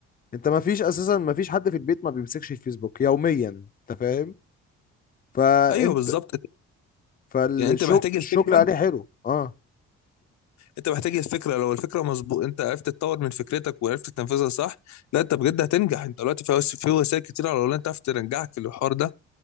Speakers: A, on the left; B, on the left.
A: انت ما فيش اساسا ما فيش حد في البيت ما بيمسكش الفيسبوك يوميا انت فاهم فانت
B: ايوه بالظبط
A: فالشغل
B: يعني انت محتاج الفكره
A: الشغل عليه حلو اه
B: انت محتاج الفكره لو الفكره مظبوط انت عرفت تطور من فكرتك وعرفت تنفذها صح لا انت بجد هتنجح انت دلوقتي في وس- في وسائل كتير على الاونلاين تعرف تنجحك في الحوار ده